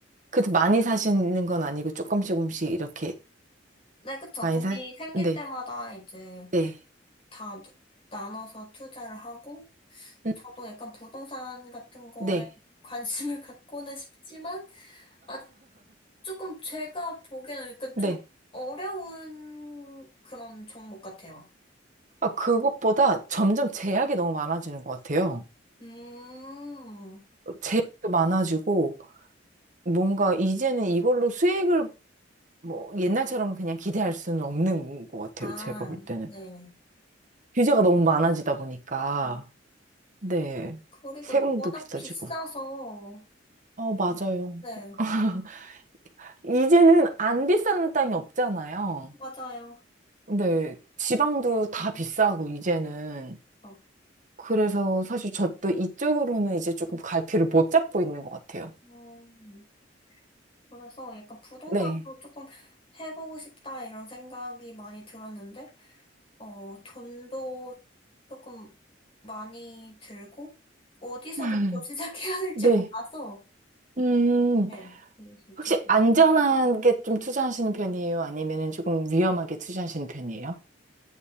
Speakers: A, on the right (about 40°); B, on the left (about 30°).
A: 그래도 많이 사시는 건 아니고 조금씩 조금씩 이렇게
B: 네, 그쵸.
A: 많이
B: 돈이
A: 사?
B: 생길
A: 네,
B: 때마다 이제
A: 네,
B: 다 누- 나눠서 투자를 하고,
A: 음,
B: 저도 약간 부동산 같은 거에
A: 네,
B: 관심을 <laughs> 갖고는 싶지만, 아, 조금 제가 보기에는 약간
A: 네.
B: 좀 어려운 그런 종목 같아요.
A: 아, 그것보다 점점 제약이 너무 많아지는 것 같아요.
B: 음,
A: 제약도 많아지고 뭔가 이제는 이걸로 수익을 뭐 옛날처럼 그냥 기대할 수는 없는 것 같아요.
B: 아,
A: 제가 볼 때는.
B: 네.
A: 규제가 너무 많아지다 보니까.
B: 네.
A: 네.
B: 그리고
A: 세금도
B: 워낙
A: 비싸지고.
B: 비싸서,
A: 어, 맞아요.
B: 네,
A: <laughs> 이제는 안 비싼 땅이 없잖아요.
B: 맞아요.
A: 네, 지방도 다 비싸고, 이제는.
B: 어,
A: 그래서 사실 저도 이쪽으로는 이제 조금 갈피를 못 잡고 있는 것 같아요.
B: 음, 그래서 약간 부동산도
A: 네.
B: 조금 해보고 싶다 이런 생각이 많이 들었는데, 어, 돈도 조금 많이 들고, 어디서부터
A: <laughs>
B: <laughs> 시작해야 될지
A: 네.
B: 몰라서,
A: 음,
B: 네, 그래서 조금.
A: 혹시 안전하게 좀 투자하시는 편이에요? 아니면 조금 위험하게 투자하시는 편이에요?